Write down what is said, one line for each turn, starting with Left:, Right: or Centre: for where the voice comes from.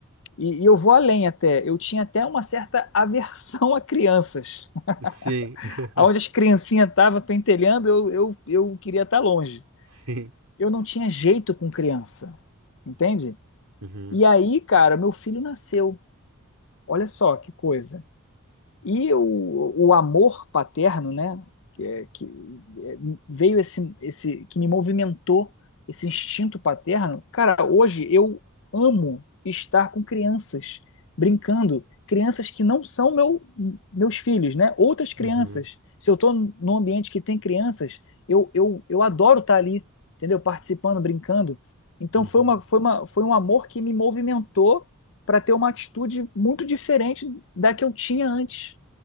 Left: E, e eu vou além até. Eu tinha até uma certa aversão a crianças. <laughs>
Right: Sim, <laughs>
Left: Aonde as criancinhas estavam pentelhando, eu, eu, eu queria estar longe.
Right: sim.
Left: Eu não tinha jeito com criança, entende?
Right: uhum,
Left: E aí, cara, meu filho nasceu. Olha só que coisa. E o, o amor paterno, né, que, é- que é, veio esse, esse, que me movimentou, esse instinto paterno. Cara, hoje eu amo estar com crianças, brincando, crianças que não são meu, meus filhos, né, outras crianças.
Right: uhum,
Left: Se eu estou num ambiente que tem crianças, eu, eu, eu adoro estar ali, entendeu? Participando, brincando. Então
Right: uhum,
Left: foi uma, foi uma, foi um amor que me movimentou para ter uma atitude muito diferente da que eu tinha antes,